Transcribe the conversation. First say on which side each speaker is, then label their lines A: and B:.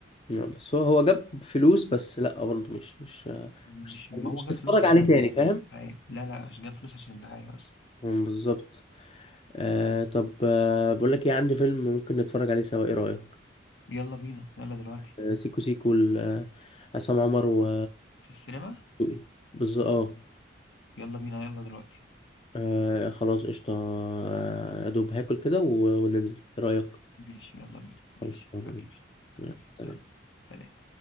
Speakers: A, on the left; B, on the left.
A: نعم، بس هو هو جاب فلوس بس لا برضه مش مش
B: مش
A: مش
B: ما هو
A: مش تتفرج
B: جاب فلوس عشان
A: عليه
B: الدعايه
A: تاني فاهم
B: لا لا عشان جاب فلوس عشان الدعايه بس
A: مم، بالظبط آه طب آه بقول لك ايه عندي فيلم ممكن نتفرج عليه سوا ايه رأيك
B: يلا بينا يلا دلوقتي
A: آه سيكو سيكو ل- آه، عصام عمر و
B: في السينما
A: دسوقي بالظبط اه
B: يلا بينا يلا دلوقتي
A: آه، خلاص قشطة آه، يا دوب هاكل كده و- وننزل ايه رأيك
B: ماشي يلا بينا ماشي
A: خلاص تمام،
B: حبيبي
A: ماشي.
B: حبيبي
A: يلا، سلام
B: يلا سلام